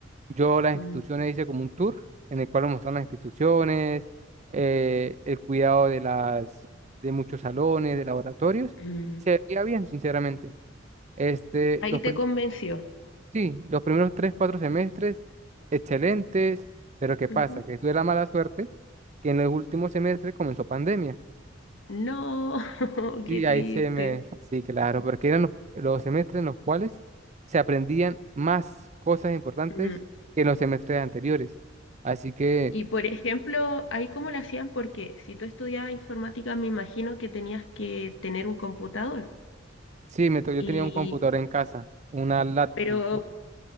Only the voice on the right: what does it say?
yo las
instituciones hice como un tour en el cual nos mostraron las instituciones, eh, el cuidado de las, de muchos salones, de laboratorios,
y se veía bien, sinceramente. Este,
los
prim-
sí, los primeros tres, cuatro semestres, excelentes, pero ¿qué pasa?
Que tuve la mala suerte que en los últimos semestres comenzó pandemia.
Sí,
ahí se me, sí, claro, porque eran los, los semestres en los cuales se aprendían más cosas importantes
que en los semestres anteriores. Así que
Sí, me to- yo
tenía un computador en casa, una laptop.